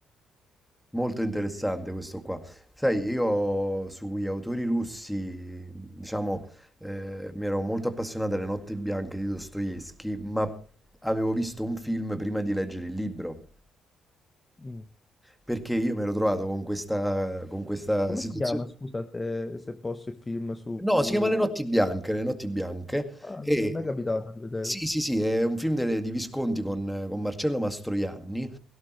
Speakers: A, in the centre; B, on the left.
A: Molto interessante questo qua. Sai, io sugli autori russi, diciamo, eh, mi ero molto appassionato alle Notti Bianche di Dostoevsky, ma avevo visto un film prima di leggere il libro,
B: Mm.
A: perché io mi ero trovato con questa, con questa
B: Come
A: situazione.
B: si chiama, scusa, se, se posso, il film su...
A: No,
B: su-
A: si chiama Le notti bianche, Le notti bianche.
B: Ah,
A: E
B: non mi è mai
A: Ok.
B: capitato di vedere.
A: sì, sì, sì, è un film delle- di Visconti con, con Marcello Mastroianni